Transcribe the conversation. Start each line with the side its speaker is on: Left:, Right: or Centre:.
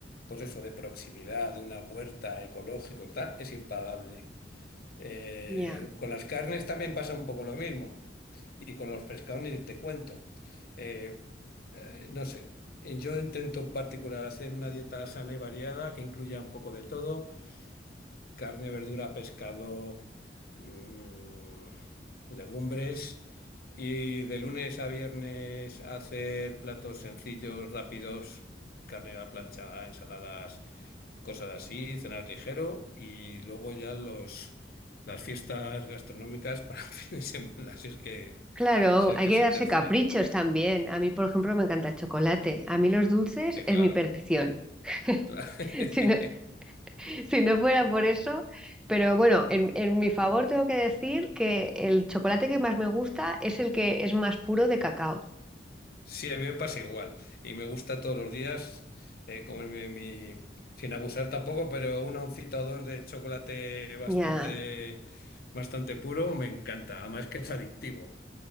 Left: pues eso, de proximidad, de una huerta ecológico y tal, es impagable. Eh,
Centre: ya.
Left: con las carnes también pasa un poco lo mismo. Y con los pescados ni te cuento. Eh, eh, no sé, yo intento en particular hacer una dieta sana y variada que incluya un poco de todo carne, verdura, pescado, mm, legumbres. Y de lunes a viernes hacer platos sencillos, rápidos, carne a la plancha, ensaladas, cosas así, cenar ligero. Y luego ya los, las fiestas gastronómicas <laughs> para el fin de semana, si es que,
Centre: Claro,
Left: si es
Centre: hay
Left: que
Centre: que
Left: se
Centre: darse
Left: tercian.
Centre: caprichos también. A mí, por ejemplo, me encanta el chocolate. A mí los dulces
Left: Sí,
Centre: es
Left: claro.
Centre: mi perdición. <laughs>
Left: claro. <laughs>
Centre: Si no- <laughs> Si no fuera por eso, pero bueno, en, en mi favor tengo que decir que el chocolate que más me gusta es el que es más puro de cacao.
Left: Sí, a mí me pasa igual. Y me gusta todos los días eh, comerme mi, sin abusar tampoco, pero una oncita o dos de chocolate bastante,
Centre: Ya,
Left: bastante puro me encanta. Además que es adictivo.